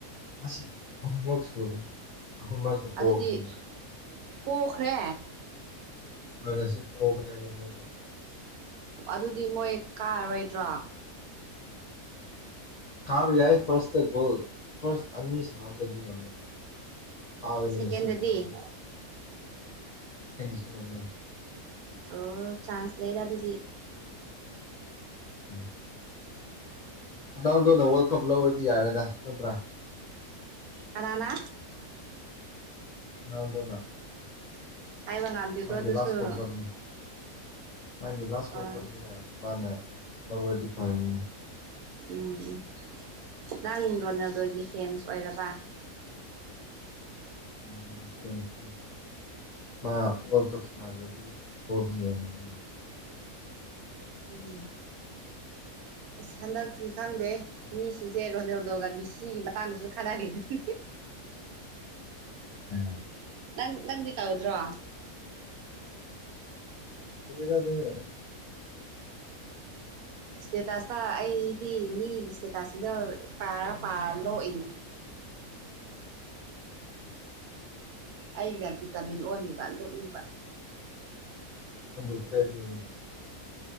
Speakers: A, on the left (about 50°); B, on the right (about 85°).
A: ꯉꯥꯁꯤ ꯑꯍꯨꯝꯔꯛ ꯁꯨꯕ ꯑꯍꯨꯝ ꯔꯛꯇ ꯄꯣꯈ꯭ꯔꯦ
B: ꯑꯗꯨꯗꯤ
A: ꯃꯣꯏ
B: ꯄꯣꯈ꯭ꯔꯦ
A: ꯑ ꯉꯥꯁꯤ ꯄꯣꯕꯅꯦꯕ ꯃꯣꯏꯗꯣ
B: ꯑꯗꯨꯗꯤ ꯃꯣꯏ ꯀꯥꯔꯔꯣꯏꯗ꯭ꯔꯣ
A: ꯀꯥꯕ ꯌꯥꯏ ꯐꯥꯔꯁꯇ ꯒꯣꯜ ꯐꯥꯔꯁ ꯑꯅꯤ ꯁꯥꯅꯕꯗꯗꯤ ꯉꯝꯃꯦꯅ ꯃꯣꯏ ꯀꯥꯒꯅꯤ
B: ꯁꯦꯀꯦꯟꯗꯗꯤ
A: ꯉꯥꯁꯤ ꯄꯣꯔꯥꯁꯨ ꯗꯁꯨ ꯉꯝꯃꯦ
B: ꯑꯣ ꯆꯥꯟꯁ ꯂꯩꯗ ꯑꯗꯨꯗꯤ
A: ꯎꯝ ꯔꯣꯅꯥꯜꯗꯣꯅ ꯋꯥꯔꯜ ꯀꯞ ꯂꯧꯔꯗꯤ ꯌꯥꯔꯦꯗ ꯅꯠꯇ꯭ꯔꯥ
B: ꯀꯅꯥꯅ
A: ꯅꯥꯜꯗꯣꯅ
B: ꯍꯥꯏꯕ ꯉꯝꯗꯦꯀꯣ
A: ꯃꯥꯒꯤ
B: ꯑꯗꯨꯁꯨ
A: ꯂꯥꯁ ꯋꯥꯔꯜ ꯀꯞꯅꯤ ꯃꯥꯒꯤ ꯂꯥꯁ ꯋꯥꯔꯜ
B: ꯑꯥ
A: ꯀꯞꯅꯤꯅ ꯃꯥꯅ ꯂꯧꯔꯗꯤ ꯐꯥꯅꯤꯅꯦ
B: ꯎꯝ ꯎꯝ ꯅꯪ ꯔꯣꯅꯥꯜꯗꯣꯒꯤ ꯐꯦꯟꯁ ꯑꯣꯏꯔꯕ
A: ꯅꯥꯜꯗꯣꯒꯤ ꯐꯦꯟꯁ ꯅꯦ ꯃꯥ ꯋꯥꯔꯜ ꯀꯞ ꯁꯅꯥꯗ꯭ꯔꯗꯤ ꯐꯨꯠꯕꯣꯜꯁꯨ ꯌꯦꯡꯉꯥꯔꯣꯏꯅꯦ
B: ꯎꯝ ꯑꯁ ꯍꯟꯗꯛꯇꯤ ꯈꯪꯗꯦ ꯃꯤꯁꯤꯡꯁꯦ ꯔꯣꯅꯦꯜꯗꯣꯒ ꯃꯤꯁꯤꯒꯤ ꯃꯇꯥꯡꯗꯁꯨ ꯈꯠꯅꯔꯤꯕꯅꯦ <inaudible>
A: ꯎꯝ
B: ꯅꯪ ꯅꯪꯗꯤ ꯇꯧꯗ꯭ꯔꯣ
A: <unintelligible>
B: ꯏꯁꯇꯦꯇꯥꯁꯇ ꯑꯩꯗꯤ ꯃꯤꯒꯤ ꯏꯁꯇꯦꯇꯥꯁꯒ ꯄꯥꯔ ꯄꯥꯔ ꯅꯣꯛꯏꯅꯦ <inaudible> ꯑꯩꯅ ꯚꯤꯇꯥꯃꯤꯟ ꯑꯣꯜꯂꯤꯕ ꯅꯣꯛꯅꯤꯡꯕ
A: ꯅꯪꯕꯨ ꯀꯗꯥꯏꯗꯒꯤꯅꯣ